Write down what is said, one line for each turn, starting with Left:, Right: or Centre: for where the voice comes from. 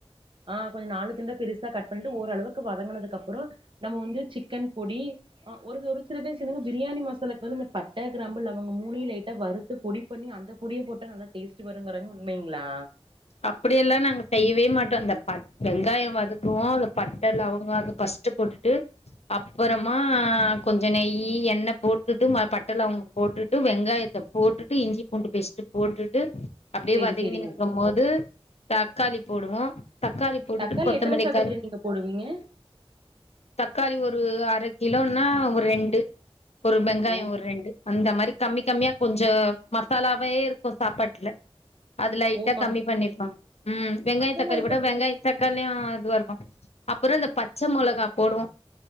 Right: ஆஹ் கொஞ்சோ‌ நாளுக்கு துண்டா பெரிசா கட் பண்ணிட்டு ஓரளவுக்கு வதங்கினதுக்கு அப்புறோமன நம்ம வந்து சிக்கன் பொடி ஒரு ஒரு சில பேரு சொன்னாங்க பிரியாணி மசாலாக்கு வந்து இந்த பட்ட கிராம்பு லவங்கம் மூனயு லைட்டா வறுத்து பொடி பண்ணி அந்த பொடிய போட்டா நல்லா டேஸ்ட் வருங்கறாங்க உண்மையுங்களா
Left: அப்படியெல்லா நாங்க செய்யவே மாட்டோ இந்த பட்ட வெங்காயோ வதக்குவோ அந்த பட்ட லவங்கம் அத பஸ்ட் போட்டுட்டு அப்புறமா கொஞ்சோ நெய் எண்ண போட்டுட்டு ம பட்ட லவங்க போட்டுட்டு வெங்காயத்த போட்டுட்டு இஞ்சி பூண்டு பேஸ்ட் போட்டுட்டு அப்படியே
Right: சேரி
Left: வதங்கினுக்கும்போது
Right: சேரிங்க
Left: தக்காளி போடுவோ தக்காளி போட்டுட்டு
Right: தக்காளி
Left: கொத்தமல்லிக்
Right: எத்தன சகோதரி
Left: கர்
Right: நீங்க போடுவீங்க
Left: தக்காளி ஒரு அர கிலோன்னா ஒரு ரெண்டு ஒரு வெங்காயோ
Right: ஓ
Left: ஒரு ரெண்டு அந்த மாரி கம்மி கம்மியா கொஞ்சோ மசாலாவே இருக்கு சாப்பாட்டுல அது லைட்டா
Right: ஓமா
Left: கம்மி பண்ணிப்பா உம் வெங்காய
Right: மசாலா
Left: தக்காளி
Right: ஐட்டம்
Left: போட்டா வெங்காய்
Right: என்ன
Left: தக்காளியு ஆ இதுவரு அப்புறோ இந்த பச்ச மொளகா போடுவோ